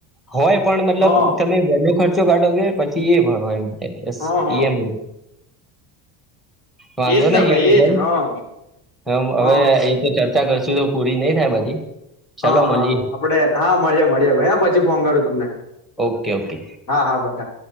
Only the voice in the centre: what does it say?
હોય પણ મતલબ
તમે ઘરનો ખર્ચ કચો કાઢો કે પછી એ ભરો એમ
ઈ એમ વાંધો
નહી એમ ભાઈ
હમ
અવે એ તો ચર્ચ ચા કરશું તો પૂરી નહી થાય બધી. ચલો
મળીએ
ઓકે ઓકે